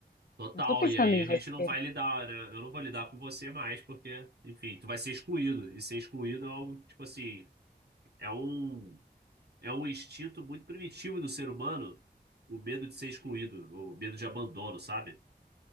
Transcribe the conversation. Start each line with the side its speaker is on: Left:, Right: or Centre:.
Right: Total,
Left: Não tô pensando
Right: e aí
Left: em
Right: a
Left: você.
Right: gente não vai lidar, né? Eu não vou lidar com você mais, porque, enfim, tu vai ser excluído. E ser excluído é algo, tipo assim, é um, é um instinto muito primitivo do ser humano, o medo de ser excluído, o medo de abandono, sabe?